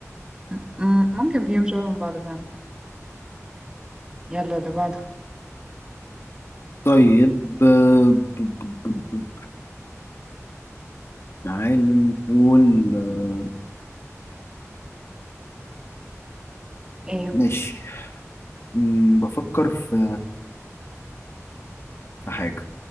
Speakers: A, on the right; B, on the left.
A: م- م- ممكن فيهم شبه من بعض فعلا يلا اللي بعده
B: طيب آه، ب- ب- ب- ب- تعال نقول آه،
A: ايه
B: ماشي أمم، بفكر في في حاجة